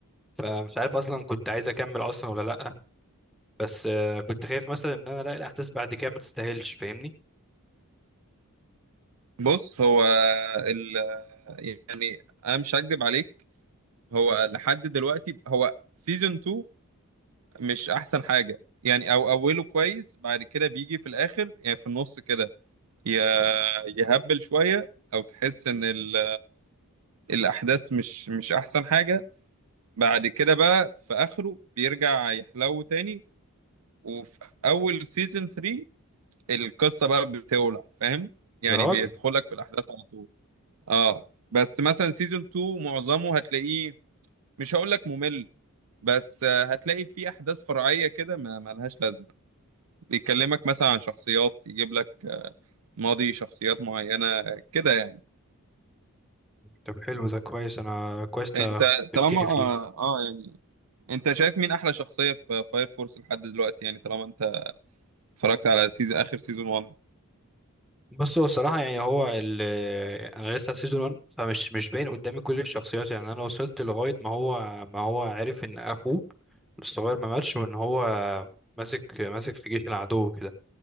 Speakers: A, in the centre; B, on the right.
A: فمش عارف اصلا كنت عايز اكمل اصلا ولا لا بس آه، كنت خايف مثلا ان انا الاقي الاحداث بعد كده ما تستاهلش فاهمني
B: بص هو ال... آه، يعني انا مش هكدب عليك هو لحد دلوقتي هو سيزون 2 مش احسن حاجه يعني او اوله كويس بعد كده بيجي في الاخر يعني في النص كده ي- يهبل شويه او تحس ان ال- الاحداث مش مش احسن حاجه بعد كده بقى في اخره بيرجع يحلو تاني وفي اول سيزون 3 القصه بقى بتولع فاهم يعني
A: يا راجل
B: بيدخلك في الاحداث على طول اه بس مثلا سيزون 2 معظمه هتلاقيه مش هقول لك ممل بس آه، هتلاقي فيه احداث فرعيه كده ما ملهاش لازمه بيكلمك مثلا عن شخصيات يجيب لك ماضي شخصيات معينة كده يعني
A: طب حلو ده كويس انا كويس
B: انت
A: تبتني
B: طالما اه,
A: فيه
B: آه يعني انت شايف مين احلى شخصية في فاير فورس لحد دلوقتي يعني طالما انت اتفرجت على سيزون اخر سيزون 1
A: بص هو الصراحه يعني هو ال انا لسه في سيزون 1 فمش مش باين قدامي كل الشخصيات يعني انا وصلت لغايه ما هو ما هو عرف ان اخوه الصغير ما ماتش وان هو ماسك ماسك في جيش العدو كده